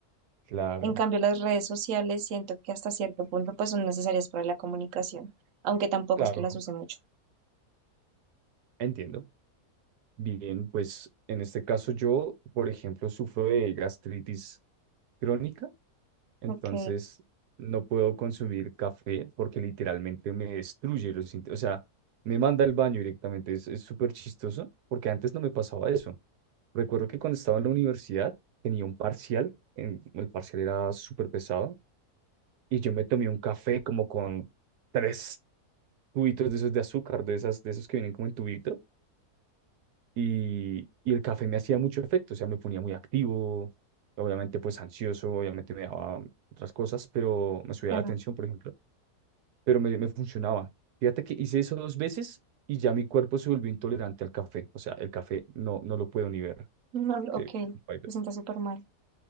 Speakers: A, on the right; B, on the right.
A: claro,
B: En cambio, las redes sociales siento que hasta cierto punto pues son necesarias para la comunicación, aunque tampoco
A: claro,
B: es que las use mucho.
A: entiendo. Bien, pues en este caso yo, por ejemplo, sufro de gastritis crónica. Entonces,
B: Ok,
A: no puedo consumir café porque literalmente me destruye los inte- O sea, me manda al baño directamente. Es, es súper chistoso porque antes no me pasaba eso. Recuerdo que cuando estaba en la universidad tenía un parcial. en- el parcial era súper pesado y yo me tomé un café como con tres tubitos de esos de azúcar, de esas, de esos que vienen como en tubito. Y, y el café me hacía mucho efecto. O sea, me ponía muy activo, obviamente pues ansioso, obviamente me daba otras cosas, pero me subía
B: claro.
A: la atención, por ejemplo pero me, me funcionaba. Fíjate que hice eso dos veces y ya mi cuerpo se volvió intolerante al café. O sea, el café no, no lo puedo ni ver.
B: No,
A: Que
B: ok,
A: bailas.
B: me siento súper mal.